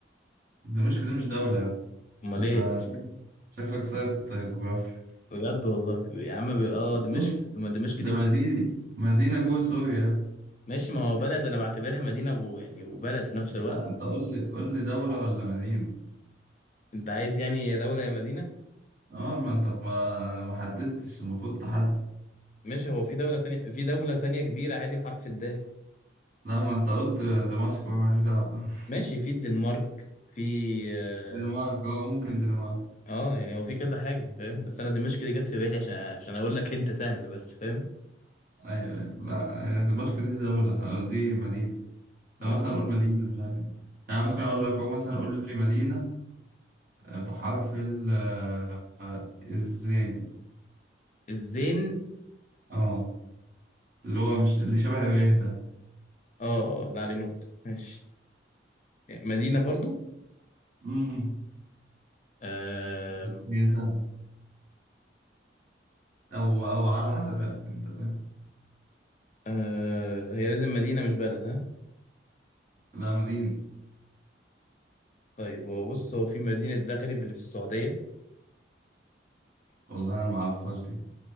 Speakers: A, on the right; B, on the left.
A: دمشق دي مش دولة يا ابني.
B: امال
A: أنت
B: ايه
A: شكلك شكلك سايت جغرافيا
B: بجد والله يا عم ب... اه دمشق
A: دمشق
B: ما دمشق
A: ده
B: دي فين
A: مدينة مدينة جوه سوريا يا ابني.
B: ماشي ما هو بلد انا بعتبرها مدينة و... يعني وبلد في نفس الوقت
A: لا أنت قول لي قول لي دولة ولا مدينة
B: انت عايز يعني يا دولة يا مدينة
A: أه ما أنت ما ما حددتش المفروض تحدد
B: ماشي هو في دولة تانية في دولة تانية كبيرة عادي بحرف الدال
A: لا ما أنت قلت دمشق بقى ماليش دعوة <laughs>
B: ماشي في الدنمارك في اه
A: دنمارك أه ممكن دنمارك
B: آه، يعني هو في كذا حاجة فاهم بس انا دمشق دي جت في بالي عشان عشان اقول لك انت سهل بس فاهم
A: أيوه أيوه لا هي دمشق دي دولة آه، دي مدينة طب
B: اه
A: مثلا أقول مدينة مش عارف إيه. يعني ممكن أقول لك هو مثلا قول لي مدينة آه، بحرف ال آه، آه، الزين
B: الزين
A: اه اللي هو مش اللي شبه الريه ده
B: اه آه، لا عليه نقطة ماشي مدينة برضو
A: امم
B: آم،
A: هي سهلة أو أو على حسب يعني أنت فاهم
B: آه هي لازم مدينة مش بلد ها
A: لا مدينة
B: طيب هو بص هو في مدينة زغرب اللي في السعودية
A: والله أنا ما أعرفهاش دي